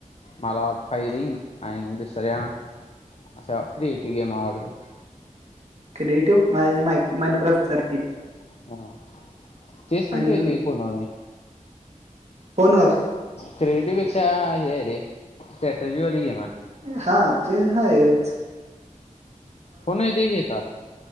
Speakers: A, on the left (about 50°); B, on the right (about 55°).
A: मला फायरिंग आणि दुसऱ्या अशा क्रिएटिव गेम आवडतात.
B: क्रिएटिव्ह माझ्या मा मांइड क्राफ्ट सारखी.
A: हा चेस पण
B: आणि
A: खेळतोय की फोनवर मी.
B: फोनवर
A: क्रिएटिव पेक्षा हे रे स्ट्रॅटजीवाली गेम हाय..
B: हा ते हायच.
A: फोन येतोय की हेचा.